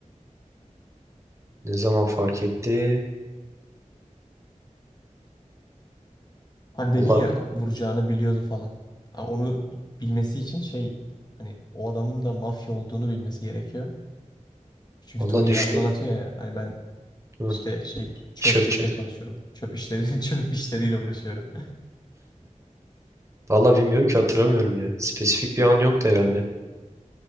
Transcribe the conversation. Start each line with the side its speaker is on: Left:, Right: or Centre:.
Right: Ne zaman fark etti?
Left: Hani
Right: Vallahi
Left: dedin ya vuracağını biliyordu falan. Ha, Onu bilmesi için şey hani o adamın da mafya olduğunu bilmesi gerekiyor. Çünkü
Right: vallahi
Left: Tony
Right: düşüneyim.
Left: yalan atıyor ya hani ben
Right: Hı,
Left: işte şey çöplükte
Right: Çöpçe.
Left: çalışıyorum. Çöp işleri <laughs> çöp işleriyle uğraşıyorum.
Right: Vallahi bilmiyorum ki hatırlamıyorum ya. Spesifik bir an yoktu herhalde.